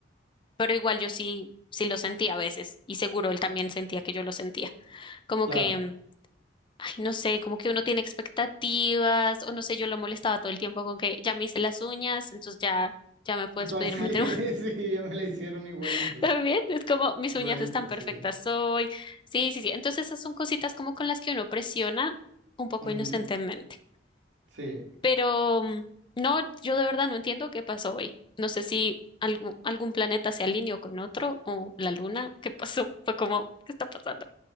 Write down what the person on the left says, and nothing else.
pero igual yo sí, sí lo sentía a veces y seguro él también sentía que yo lo sentía. Como
que, mm, ay, no sé, como que uno tiene expectativas o no sé, yo lo molestaba todo el tiempo con que ya me hice las uñas, entonces ya, ya me puedes
pedir
matrimonio
<laughs> también. Es como mis
uñas están perfectas
hoy. Sí, sí, sí. Entonces esas son cositas como con las que uno presiona un poco
inocentemente.
Pero mm, no, yo de verdad no entiendo qué pasó hoy. No sé si algún, algún planeta se alineó con otro o la luna. <laughs> ¿Qué pasó? Fue como, ¿qué está pasando?